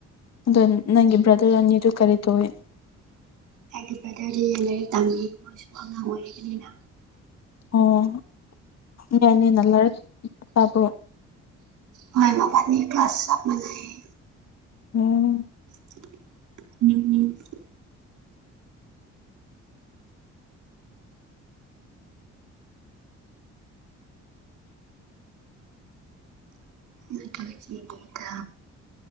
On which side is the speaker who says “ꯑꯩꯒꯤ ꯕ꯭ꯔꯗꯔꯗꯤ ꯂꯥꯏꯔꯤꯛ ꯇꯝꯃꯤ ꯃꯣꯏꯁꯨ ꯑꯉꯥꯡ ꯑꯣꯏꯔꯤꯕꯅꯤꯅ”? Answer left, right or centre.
Right